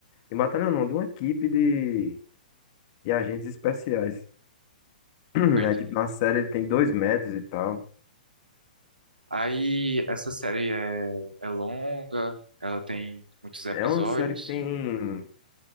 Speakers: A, on the left (about 40°); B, on the right (about 80°).
A: De um batalhão não, de uma equipe de, de agentes especiais. <clears throat>
B: Tô entendendo.
A: Aí, tipo, na série ele tem dois metros e tal.
B: Aí, essa série é, é longa, ela tem muitos episódios.
A: É uma série que tem